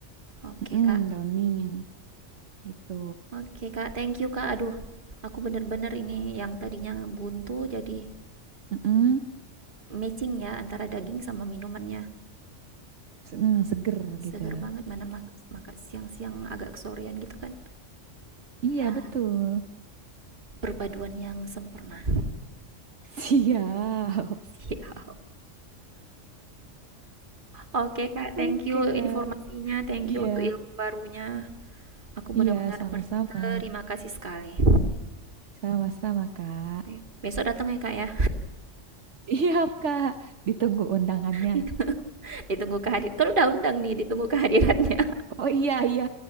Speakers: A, on the right (about 45°); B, on the right (about 70°).
A: Oke,
B: mm-mm,
A: Kak.
B: daun mint gitu.
A: Oke, Kak. Thank you, Kak. Aduh, aku bener-bener ini yang tadinya buntu jadi
B: Mm-mm,
A: matching ya antara daging sama minumannya.
B: se- mm, seger
A: Seger
B: gitu.
A: banget mana mak- makan siang-siang agak kesorean gitu kan.
B: Iya,
A: Ya,
B: betul.
A: perpaduan yang sempurna.
B: <laughs> Siap.
A: <laughs> Siap. Oke, Kak. Thank
B: Oke,
A: you
B: Kak.
A: informasinya. Thank
B: Iya.
A: you untuk ilmu barunya. Aku benar-benar
B: Iya, sama-sama.
A: berterima kasih sekali.
B: Sama-sama, Kak.
A: Oke, besok datang ya, Kak ya.
B: Siap, Kak. Ditunggu undangannya.
A: <laughs> Ditunggu kehadir kan udah undang nih, ditunggu kehadirannya,
B: Oh iya, iya,